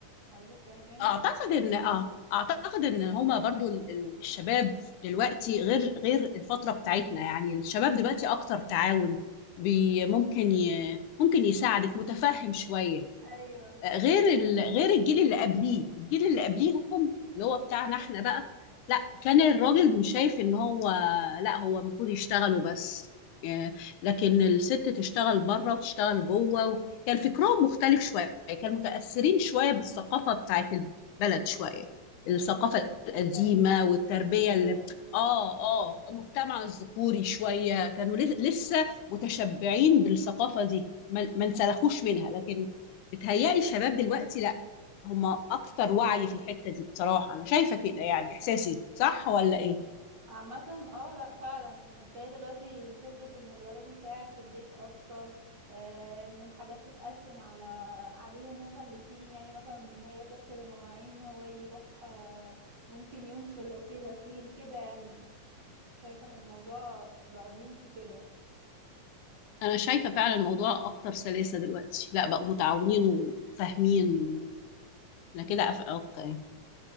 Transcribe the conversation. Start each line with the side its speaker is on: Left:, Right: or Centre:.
Right: حضرتك فاهماني
Left: اعتقد ان اه اعتقد ان هما برضو ال- ال- الشباب دلوقتي غير غير الفتره بتاعتنا يعني الشباب دلوقتي اكتر تعاون بي ممكن ي ممكن يساعدك متفهم شويه
Right: ايوه
Left: غير ال...
Right: آه،
Left: غير الجيل اللي قبليه الجيل اللي قبليهم اللي هو بتاعنا احنا بقى لا كان الراجل مش شايف ان هو لا هو المفروض يشتغل وبس إيه، لكن الست تشتغل بره وتشتغل جوه و... كان فكرهم مختلف شويه كان متأثرين شويه بالثقافه بتاعت البلد شويه الثقافه
Right: آه، ثقافة سي
Left: القديمه
Right: السيد
Left: والتربيه
Right: او لا
Left: اللي
Right: يعني
Left: اه اه المجتمع الذكوري شويه كانوا لس- لسه متشبعين بالثقافه دي ما ما انسلخوش
Right: آه.
Left: منها لكن بتهيألي الشباب دلوقتي لا هم اكتر وعي في الحتة دي بصراحة انا شايفة كده يعني احساسي صح ولا ايه
Right: عامة اه لا فعلا هتلاقي دلوقتي فكرة ان الولد يساعد في البيت اكتر آه ان الحاجات تتقسم على عليهم هما الاتنين يعني مثلا هي تغسل المواعين هو يروح آه ممكن ينشر لو في غسيل كده يعني شايفة ان الموضوع بقى بيمشي كده
Left: انا شايفة فعلا الموضوع اكتر سلاسة دلوقتي لا بقوا متعاونين وفاهمين انا كده أف... اوكي